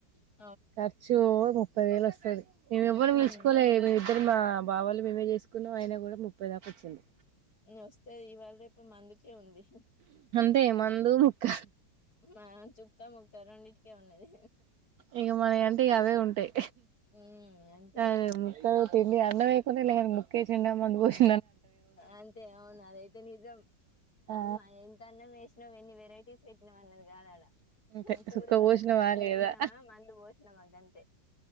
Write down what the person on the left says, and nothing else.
స
హ్మ్
వస్తే ఇవాళ రేపు మందుకే ఉంది
మ చుక్కముక్క రెండింటికే ఉంటయి
హ్మ్ అంతే
అంతే అవును అదైతే నిజం
అయమ్మ ఇంత అన్న మేసి నువ్వు ఎన్ని వెరైటీస్ పెట్నావు ని జానల
పూరే
వాళ్ళకి
మంచిగా
పెట్టినామ మందు పోసినామా గంతే